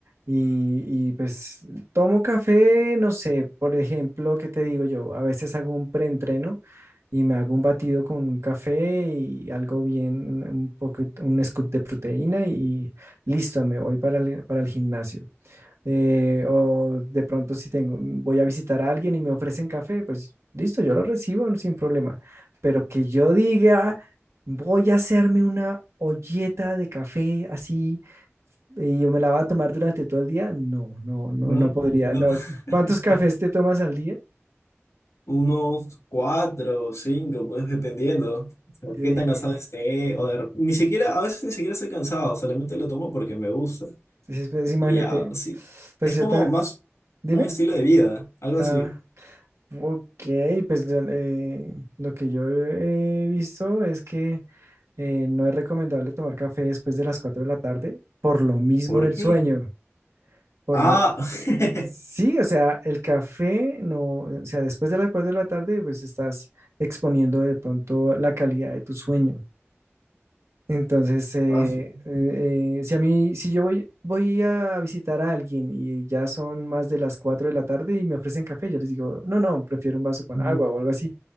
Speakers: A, on the right; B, on the left.
A: Y, y pues Tomo café, no sé, por ejemplo, ¿qué te digo yo? A veces hago un preentreno y me hago un batido con un café y algo bien, un un poco, un scoop de proteína y listo, me voy para el, para el gimnasio eh, o de pronto si tengo, mm, voy a visitar a alguien y me ofrecen café, pues listo, yo lo recibo no, sin problema. Pero que yo diga, voy a hacerme una olleta de café así y yo me la voy a tomar durante todo el día, no, no, no,
B: No,
A: no podría.
B: no.
A: No.
B: <laughs>
A: ¿Cuántos cafés te tomas al día?
B: Unos cuatro o cinco, pues dependiendo. O sea,
A: Eh,
B: qué tan cansado esté. O de rep- ni siquiera, a veces ni siquiera estoy cansado, solamente lo tomo porque me gusta.
A: entonces, pues, imagínate,
B: Y ya, sí.
A: pues
B: Es
A: yo
B: como
A: ta-
B: más
A: dime.
B: un estilo de vida, algo
A: Ah,
B: así.
A: ok, pues eh, lo que yo he visto es que eh, no es recomendable tomar café después de las 4 de la tarde por lo mismo
B: ¿Por
A: del
B: qué?
A: sueño. Por
B: Ah,
A: lo-
B: <laughs>
A: Sí, o sea, el café no, o sea, después de las 4 de la tarde, pues estás exponiendo de pronto la calidad de tu sueño. Entonces, eh,
B: paso.
A: eh, eh, si a mí, si yo voy, voy a visitar a alguien y ya son más de las 4 de la tarde y me ofrecen café, yo les digo, no, no, prefiero un vaso con
B: No.
A: agua o algo así.